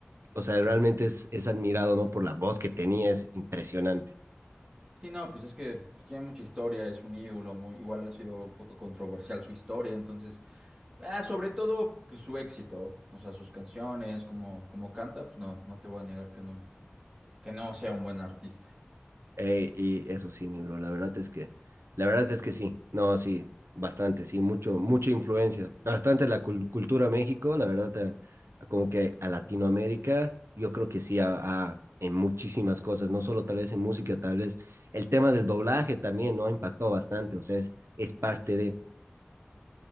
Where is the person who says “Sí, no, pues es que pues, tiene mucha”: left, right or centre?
Right